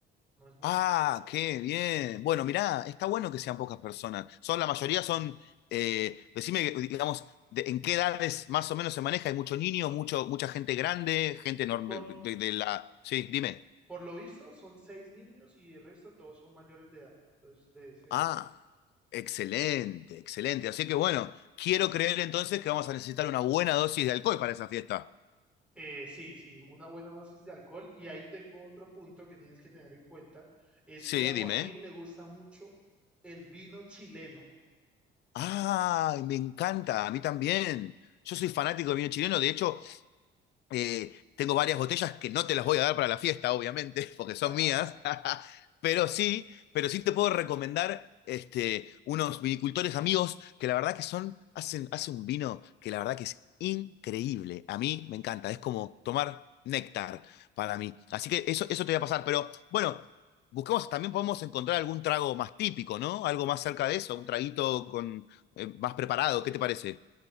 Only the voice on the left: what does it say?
Ah, qué bien. Bueno, mirá, está bueno que sean pocas personas. Son, la mayoría son, eh, decime, digamos, de- en qué edades más o menos se maneja. Hay mucho niño, mucho, mucha gente grande, gente enorme
de, de la... Sí, dime.
Ah. Excelente, excelente. Así que bueno, quiero creer entonces que vamos a necesitar una buena dosis de alcohol para esa fiesta.
Sí,
dime.
Ay, me encanta, a mí también. Yo soy fanático del vino chileno, de hecho, Eh, tengo varias botellas que no te las voy a dar para la fiesta, obviamente, <laughs> porque son
mías, <laughs> pero sí, pero sí te puedo recomendar este, unos vinicultores amigos que la verdad que son, hacen, hacen un vino que la verdad que es increíble. A mí me encanta, es como tomar néctar para mí. Así que eso, eso te voy a pasar, pero bueno, busquemos, también podemos encontrar algún trago más típico, ¿no? Algo más cerca de eso, un traguito con, eh, más preparado, ¿qué te parece?